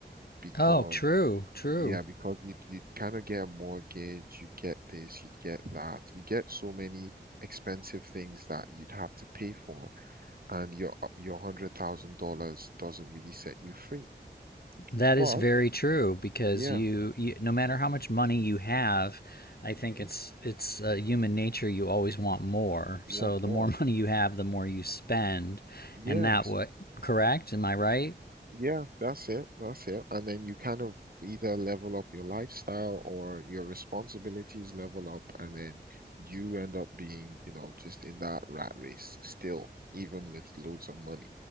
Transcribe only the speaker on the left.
Oh, true, true.
That
is very true because
you, you no matter how much money you have, I think
it's it's uh, human nature you always want more. So
the more <laughs> money you have, the more you spend,
and that what correct? Am I right?